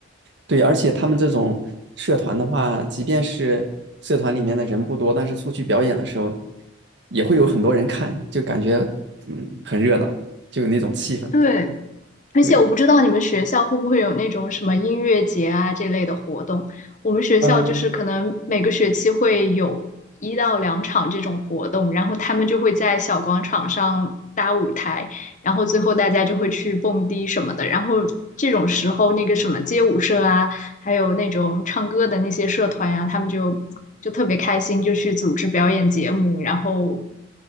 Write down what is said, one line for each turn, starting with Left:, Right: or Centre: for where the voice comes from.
Right: 对，而且他们这种社团的话，即便是社团里面的人不多，但是出去表演的时候，也会有很多人看，就感觉嗯很热闹，就有那种气氛。
Left: 对，而且我不知道你们学校会不会有那种什么音乐节啊这类的活动。
Right: 对，
Left: 我们学校就是可能每个学期会有一到两场这种活动，
Right: 嗯、
Left: 然后他们就会在小广场上搭舞台，然后最后大家就会去蹦迪什么的。然后这种时候，那个什么街舞社啊，还有那种唱歌的那些社团啊，他们就就特别开心，就去组织表演节目，然后